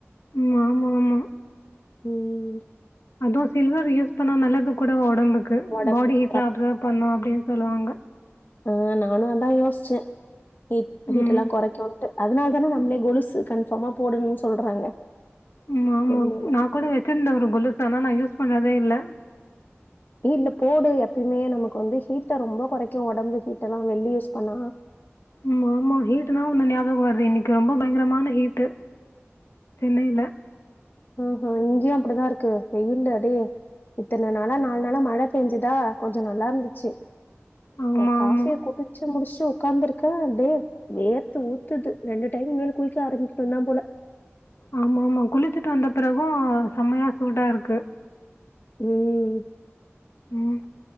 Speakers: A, on the left; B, on the left.
A: ம் ஆமா ஆமா
B: ம்
A: டு சில்வர் யூஸ் பண்ணா நல்லது கூட ஒடம் டம்புக்கு
B: உடம்புக்கு
A: பாடி கீட்லா அப்சர்வ் பண்ணு அப்டின் சொல்லுவாங்க
B: ஆ நானு அதா யோஸ்ச்சே ஹீட் ஹீட்டெல்லா
A: ம்.
B: கொறைக்குன்ட்டு அதனால் தானே நம்மளே கொலுசு கன்ஃபார்மா போடணுன் சொல்றாங்க
A: ஆமா ஆமா
B: வெள்ளியில
A: நாங்கூட வெச்சிருந்த ஒரு கொலுசு ஆனா நா யூஸ் பண்ணதே இல்ல
B: ஏ இல்ல போடு எப்பயுமே நமக்கு வந்து ஹீட்ட ரொம்ப கொறைக்கு ஒடம்பு ஹீட்டெலா வெள்ளி யூஸ் பண்ணா
A: ஆமா ஆமா ஹீட்டுனா ஒன்னு ஞாபக வருது இன்னைக்கு ரொம்ப பயங்கரமான ஹீட்டு் சென்னைல
B: ஆ ஹ இங்கயு அப்படிதா இருக்கு வெயிலு அடே இத்தன நாளா நாலு நாளா மழ பேஞ்சுதா கொஞ்ச நல்லா இருந்துச்சு
A: ஆமா,
B: இந்த காஃபிய
A: ஆமா.
B: குடிச்சு முடிச்ட்டு உக் க்காந்துருக்கே அப்டியே வேர்த்து ஊத்துது ரெண்டு டைம் இனிமேல் குளிக்க ஆரம்பிக்கணுந்தா போல
A: ஆமாமா குளிச்சுட்டு வந்த பிறகு செமையா சூடா இருக்கு
B: ம்
A: ம்